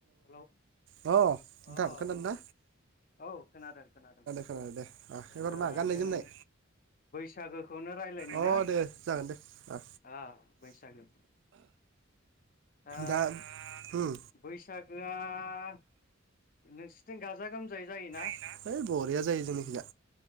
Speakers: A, on the left; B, on the right.
A: Hello
B: अ नोंथां
A: अ
B: खोनादों
A: नोंथां
B: ना
A: औ खोनादों खोनादों
B: खोनादों दे अ
A: ओ
B: एबार मा गाननाय
A: जों
B: जोमनाय
A: बैसागोखौनो रायलायनि
B: अ
A: ना
B: दे जागोन दे अ
A: अह बैसागो। ओ
B: दा उम
A: बैसागोआ। आ नोंसिथिं गाजा गोमजायै जायोना?
B: हैइ बरिया जायो जोंनिखिजा